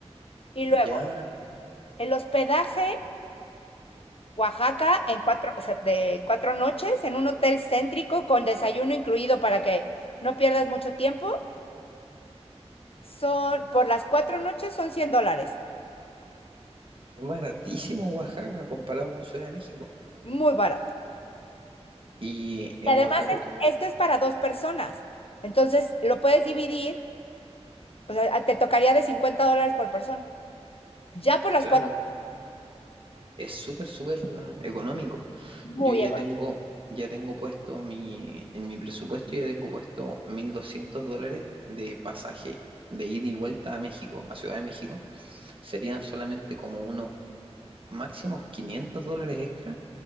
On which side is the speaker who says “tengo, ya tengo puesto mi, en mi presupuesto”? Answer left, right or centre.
Right